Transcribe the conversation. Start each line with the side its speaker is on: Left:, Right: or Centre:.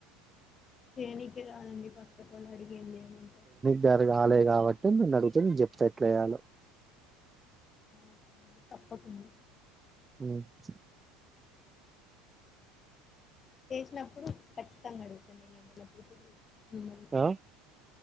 Left: చేయనీకే రాదండి ఫస్టఫల్ అడిగేంది ఏముంది
Right: జర్ గాలే గావట్టే నన్నడుగితే నేన్ జెప్త ఎట్లేయాలో
Left: ఓకే అండి తప్పకుండా
Right: ఉమ్ ప్చ్
Left: చేషినప్పుడు ఖచ్చితంగ అడుగుతా నేనేమైన ఫుడ్డు చూసిన మిమ్మల్ని
Right: ఆ